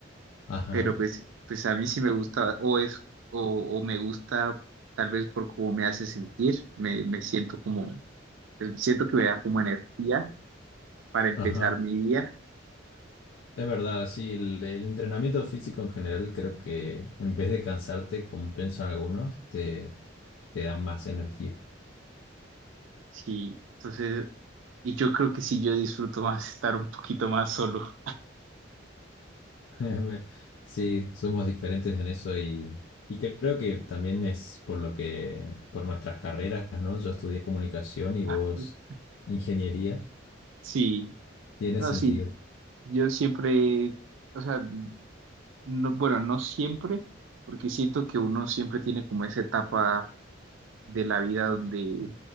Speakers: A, on the left; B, on the right.
A: Ajá,
B: pero pues, pues a mí sí me gusta, o es, o, o me gusta tal vez por cómo me hace sentir, me, me siento como Eh, Siento que me da como energía para empezar
A: ajá.
B: mi día.
A: Es verdad, sí, el, el entrenamiento físico en general creo que en vez de cansarte, como piensan algunos, te, te da más energía.
B: Sí, entonces, y yo creo que sí, yo disfruto más <laughs> estar un poquito más solo.
A: <laughs> Sí, somos diferentes en eso y, y creo que también es por lo que, por nuestras carreras, ¿no? Yo estudié comunicación y vos
B: <laughs>
A: ingeniería,
B: Sí,
A: tiene
B: no,
A: sentido.
B: sí, yo siempre, o sea, no- bueno, no siempre, porque siento que uno siempre tiene como esa etapa de la vida donde,